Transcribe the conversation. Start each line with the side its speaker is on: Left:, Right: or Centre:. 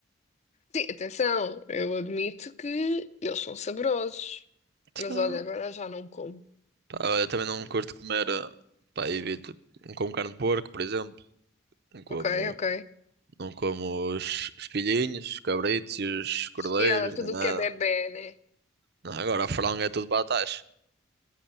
Left: Sim, atenção, eu admito que eles são saborosos.
Right: Então,
Left: Mas olha, agora já não como.
Right: Pá, eu também não curto comer, eh, pá, evito. Não como carne de porco, por exemplo. Não como,
Left: Ok, ok.
Right: não como os, os filhinhos, os cabritos e os cordeiros,
Left: E há tudo
Right: nem nada.
Left: o que é bebé, né?
Right: Não, agora a franga é tudo batata